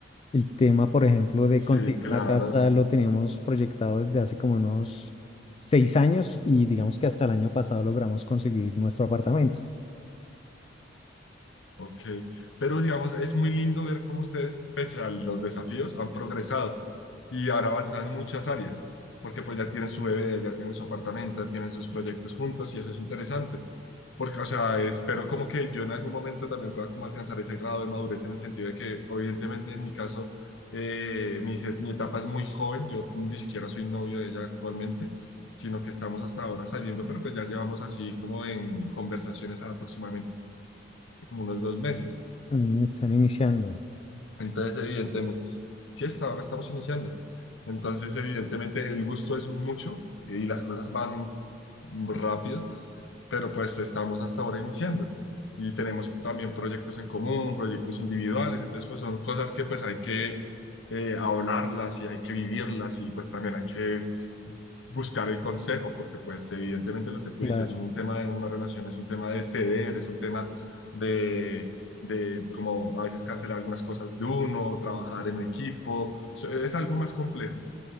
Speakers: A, on the left; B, on the left.
A: el tema, por ejemplo, de
B: Sí,
A: conseguir
B: claro,
A: una casa lo teníamos proyectado desde hace como unos seis años y digamos que hasta el año pasado logramos conseguir nuestro apartamento.
B: ok. Pero digamos, es muy lindo ver cómo ustedes, pese a los desafíos, han progresado y han avanzado en muchas áreas, porque pues ya tienen su bebé, ya tienen su apartamento, tienen sus proyectos juntos y eso es interesante, porque, o sea, espero como que yo en algún momento también pueda como alcanzar ese grado de madurez en el sentido de que, evidentemente, en mi caso, eh, mi, se- mi etapa es muy joven, yo ni siquiera soy novio de ella actualmente, sino que estamos hasta ahora saliendo, pero pues ya llevamos así como en conversaciones aproximadamente. como unos dos meses.
A: Mm, Están iniciando,
B: Entonces, evidentemente, sí, hasta ahora estamos iniciando. Entonces, evidentemente, el gusto es mucho y las cosas van rápido, pero pues estamos hasta ahora iniciando y tenemos también proyectos en común, proyectos individuales, entonces pues son cosas que pues hay que eh, hablarlas y hay que vivirlas y pues también hay que buscar el consejo, porque pues evidentemente lo que tú
A: claro.
B: dices, es un tema de una relación, es un tema de ceder, es un tema de, de como a veces cancelar algunas cosas de uno, trabajar en equipo, so- es algo más complejo.